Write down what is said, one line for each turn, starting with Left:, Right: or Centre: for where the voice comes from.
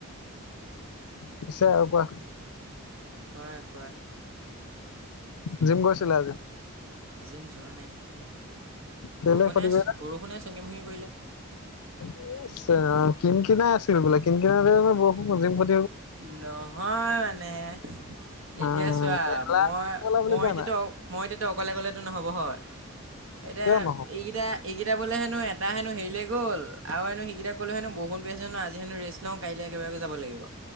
Left: পিছে আৰু কোৱা।
Right: কোৱা কোৱা।
Left: জিম গৈছিলা আজি
Right: জিম যোৱা নাই?
Left: কেলে
Right: বৰষুণে,
Left: ক্ষতি কৰিলা
Right: বৰষুণে চগী ভগী কৰিলে।
Left: <unintelligible> কিন কিনাই আছিল বোলে, কিন কিনাই থাকিলে বৰষুণ <unintelligible>
Right: নহয় মানে এতিয়া
Left: আহ
Right: চোৱা
Left: এলাহ
Right: মই-মই
Left: কৰিলা বুলি কোৱা
Right: এতিয়াতো
Left: নাই
Right: মই এতিয়া অকলে গলেতো নহব হয়, এতিয়া
Left: কিয় নহ'ব
Right: এইকেইটা এইকেইটা এতিয়া বোলে হেনো এটা হেনো হেৰিলে গ'ল আৰু এনো সেইকেইটা কলো হেনো বৰষুণ পৰি আছে আজি হেনো ৰেষ্ট। লওঁ কাইলৈ একেবাৰলৈ যাব লাগিব।